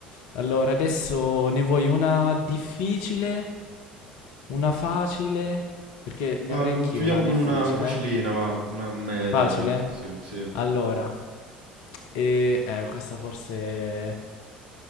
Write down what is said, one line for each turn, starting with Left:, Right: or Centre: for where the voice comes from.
Left: Allora, adesso ne vuoi una difficile? Una facile? Perché ne
Right: Va,
Left: avrei
Right: mm,
Left: anch'io
Right: chiudiamo
Left: una difficile.
Right: con una facilina, va, una media,
Left: Facile?
Right: dai, così, sì.
Left: Allora, e eh, questa forse.